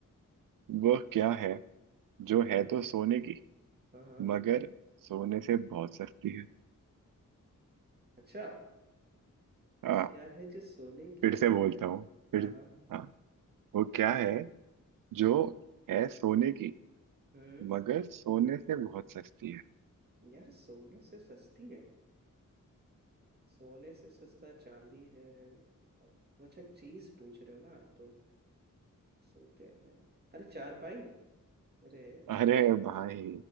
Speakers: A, on the right; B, on the right.
A: वह क्या है जो
B: हाँ
A: है तो सोने की
B: हाँ हाँ
A: मगर सोने से बहुत सस्ती है
B: अच्छा
A: हाँ
B: क्या है जो सोने की
A: फिर से
B: है
A: बोलता हूँ फिर
B: हाँ हाँ
A: हाँ वो क्या है जो है सोने की
B: हम्म
A: मगर सोने से बहुत सस्ती है
B: यार सोने से सस्ती है सोने से सस्ता चांदी है और- अच्छा चीज पूछ रहे हो ना आप तो सोते हैं अरे चार पाई अरे
A: अरे भाई